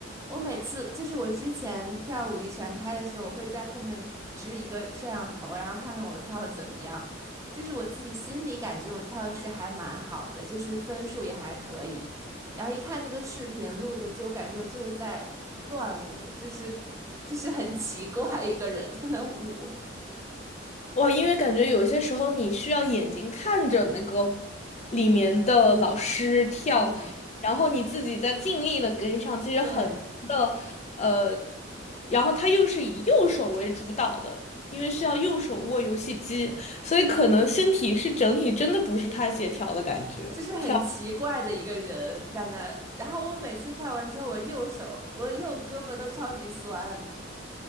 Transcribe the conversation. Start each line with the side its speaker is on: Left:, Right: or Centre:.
Right: 我每次就是我之前跳舞力全开的时候，我会在后面支一个摄像头，然后看看我跳的怎么样。就是我自己心里感觉我跳的是还蛮好的，就是分数也还可以。然后一看那个视频录的，就感觉我就是在乱舞，就是就是很奇怪一个人在那舞。
Left: 哇，因为感觉有些时候你需要眼睛看着那个里面的老师跳，
Right: 嗯，
Left: 然后你自己在尽力的跟上，其实很多的呃，
Right: 对，
Left: 然后他又是以右手为主导的，因为需要右手握游戏机，所以可能身体是整体真的不是太协调的感觉。
Right: 就是很奇怪的一个人在那儿。
Left: 跳。
Right: 然后我每次跳完之后，我右手我右胳膊都超级酸。